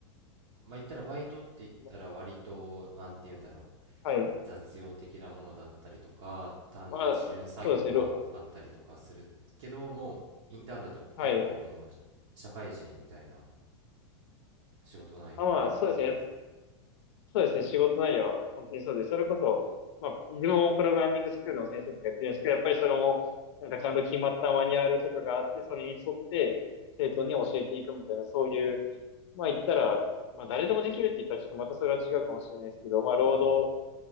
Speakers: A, on the right; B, on the left.
A: まあ言ったらバイトって言ったら割となんて言うんだろ
B: が。はい。
A: う雑用的なものだったりとか単純作業が多かったりとかするけどもうインターンだと結構もう社会人みたいな
B: まあ、そうですね。ろはい。
A: 仕事内容になるって感じです
B: あ、まあ、そうですね。そうですね、仕事内容は本当にそうです、それこそ、まあ、自分もプログラミングスクールの先生とかやってるんですけど、やっぱりそれも、なんかちゃんと決まったマニュアルとかがあって、それに沿って生徒に教えていくみたいな、そういう、まあ言ったら、まあ誰でもできるって言ったらちょっとまたそれは違うかもしれないですけど、まあ労働、
A: うん